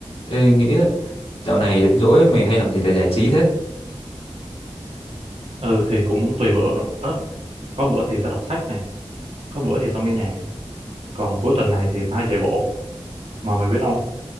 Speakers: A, on the left; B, on the right.
A: Ê, nghĩa dạo này rảnh rỗi mày hay làm gì để giải trí thế?
B: ừ thì cũng tùy bữa có bữa thì tao đọc sách này có bữa thì tao nghe nhạc còn cuối tuần này thì tao hay chạy bộ mà mày biết không